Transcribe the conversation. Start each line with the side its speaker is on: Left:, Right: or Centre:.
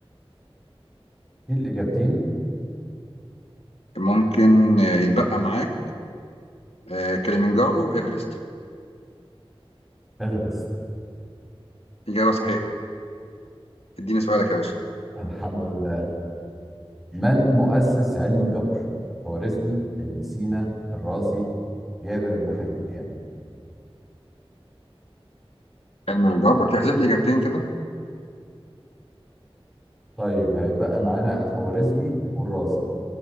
Centre: في الإجابتين
Left: ممكن آه، يتبقى معاك آه، كليمنجارو وإيفرست
Centre: آخر بس
Left: إجابة صحيحة اديني سؤالك يا باشا
Centre: الحمد لله من مؤسس علم الجبر؟ خوارزمي ابن سينا الرازي جابر بن حيان
Left: علم الجبر تحذف لي إجابتين كده
Centre: طيب هيتبقى معانا الخوارزمي والرازي